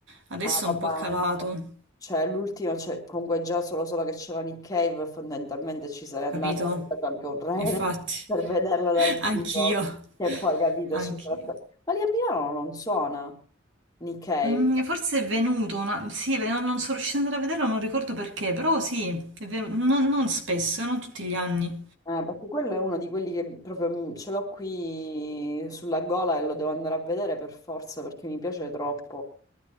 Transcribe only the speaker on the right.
adesso
è un
po' calato.
Hai
capito?
Infatti,
<laughs>
anch'io,
anch'io.
Mm, forse è venuto una... Sì, ve- non non sono riuscita ad andare a vederlo, non ricordo perché, però sì, è venuto, non, non spesso, non tutti gli anni.